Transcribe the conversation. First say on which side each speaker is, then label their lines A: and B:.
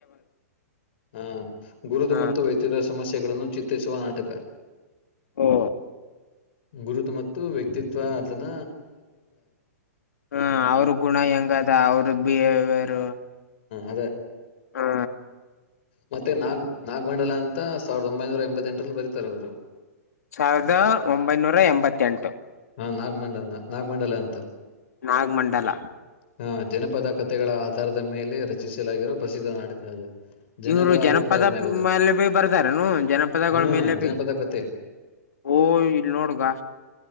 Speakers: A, on the left; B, on the left.
A: ಹ ಗುರುದು
B: ಹ
A: ಮತ್ತು ವ್ಯಕ್ತಿಗರ ಸಮಸ್ಯೆಗಳನ್ನು ಚಿತ್ರಿಸುವ ನಾಟಕ
B: ಓ....
A: ಗುರುತು ಮತ್ತು ವ್ಯಕ್ತಿತ್ವ ಅದನ....
B: ಹ ಅವ್ರ ಗುಣ ಹೆಂಗ ಅದ ಅವ್ರ ಬಿಹೇವಿಯರ್.....
A: ಅದ..
B: ಹ್ಮ
A: ಮತ್ತೆ ನಾಗ್ ನಾಗಮಂಡಲ ಅಂತ ಸಾವಿರದ ಒಂಬೈನೂರ ಎಂಬತ್ಎಂಟರಲ್ಲಿ ಬರೀತಾರೆ ಅವರು..
B: ಸಾವಿರದ ಒಂಬೈನೂರ ಎಂಬತ್ತೆಂಟು.
A: ಹಾ ನಾಗ ಮಂಡಲ ನಾಗಮಂಡಲ ಅಂತ.
B: ನಾಗ ಮಂಡಲ.
A: ಹ ಜನಪದ ಕಥೆಗಳ ಆಧಾರದ ಮೇಲೆ ರಚಿಸಲಾಗಿರುವ ಪ್ರಸಿದ್ಧ ನಾಟಕ ಅದು. ಜನಗಳ
B: ಇವ್ರು ಜನಪದ
A: ಅಭಿಪ್ರಾಯದ ಮ್ಯಾಗದು
B: ಮೇಲೆ ಭೀ ಬರ್ತಾರನು ಜನಪದಗಳ
A: ಹಾ
B: ಮೇಲೆ
A: ಜನಪದ
B: ಭೀ.
A: ಕತೆ
B: ಓ ಇಲ್ ನೋಡ್ಗ.